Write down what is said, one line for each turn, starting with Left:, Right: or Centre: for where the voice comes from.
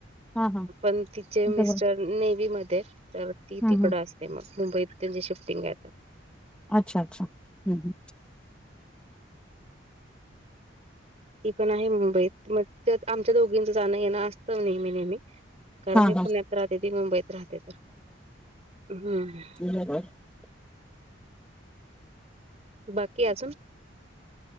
Centre: हा हा
Right: पण तिचे मिस्टर
Centre: जवळ
Right: नेवी मध्ये आहेत, तर ती
Centre: हा
Right: तिकड
Centre: हा
Right: असते. ते मग मुंबईत त्यांची शिफ्टिंग आहेत.
Centre: अच्छा अच्छा बरं.
Right: ती पण आहे मुंबईत, मग आमच्या दोघींच जाणं येणं असतं नेहमी नेहमी. कारण
Centre: हा
Right: मी
Centre: हा
Right: पुण्यात राहते, ती मुंबईत राहते तर, हम्म
Centre: बोला भाय <inaudible>
Right: बाकी अजून.